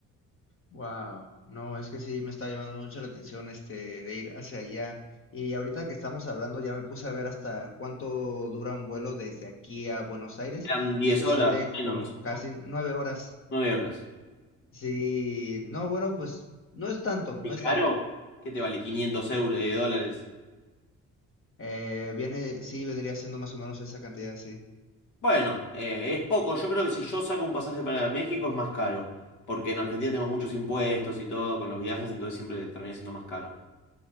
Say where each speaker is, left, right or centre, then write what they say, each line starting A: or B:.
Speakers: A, on the left; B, on the left.
A: Wow, no, es que sí me está llamando mucho la atención este de ir hacia allá. Y ahorita que estamos hablando, ya me puse a ver hasta cuánto dura un vuelo desde aquí a Buenos Aires
B: Eran 10
A: y me
B: horas,
A: sale
B: menos,
A: como casi nueve horas.
B: 9 horas.
A: Sí, no, bueno, pues no es tanto, no
B: ¿Qué
A: es
B: caro?
A: tanto.
B: ¿Qué te vale 500 euros, dólares?
A: Eh, viene, sí, vendría siendo más o menos esa cantidad, sí.
B: Bueno, eh, es poco. Yo creo que si yo saco un pasaje para México es más caro, porque en Argentina tenemos muchos impuestos y todo con los viajes, entonces siempre termina siendo más caro.